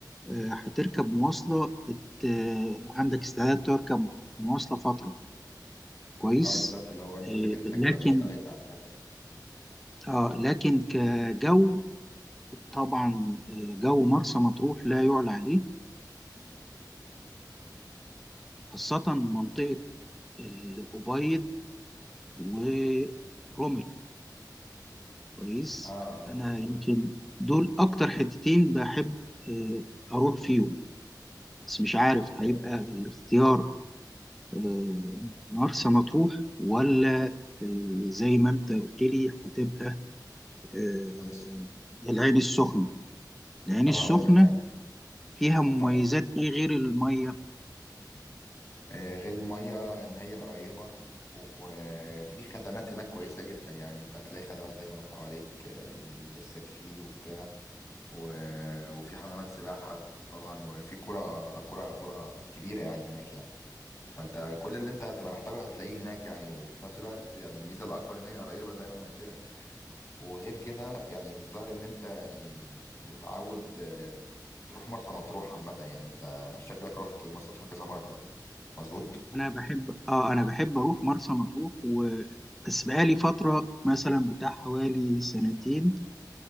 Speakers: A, in the centre; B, on the left.
A: آه، هتركب مواصله بت... آه، عندك استعداد تركب مواصله فتره كويس
B: اه بالظبط اللي هو انت
A: آه،
B: فكره انك
A: لكن
B: تبقى مستعد على انك تبقى-
A: اه لكن كجو طبعا آه، جو مرسى مطروح لا يعلى عليه وخاصه منطقه الأبيض ورمل كويس
B: اه آه،
A: انا
B: مظبوط
A: يمكن دول اكتر حتتين بحب آه، اروح فيهم بس مش عارف
B: yeah.
A: هيبقى الاختيار آه، مرسى مطروح ولا آه، زي ما انت قلت لي هتبقى آه،
B: nice.
A: العين السخنة العين
B: طب
A: السخنة
B: هقول لك يعني
A: فيها
B: افكر
A: مميزات ايه غير المية
B: آه، غير الميه ان هي قريبه وفي خدمات هناك كويسه جدا يعني انت هتلاقي خدمات دايما حواليك آه، نفسك فيه وبتاع و... وفي حمامات سباحة طبعا وفي كرة كرة كرة كبيرة يعني هناك يعني فانت كل اللي انت هتبقى محتاجه هتلاقيه هناك يعني وفي نفس الوقت يعني الميزة الأكبر ان هي قريبة زي ما انا قلت لك وغير كده يعني الظاهر ان انت يعني متعود آه، تروح مرسى مطروح عامة يعني انت شكلك رحت مرسى مطروح كذا مرة مظبوط؟
A: انا بحب اه انا بحب اروح مرسى مطروح و بس بقالي فترة مثلا بتاع حوالي سنتين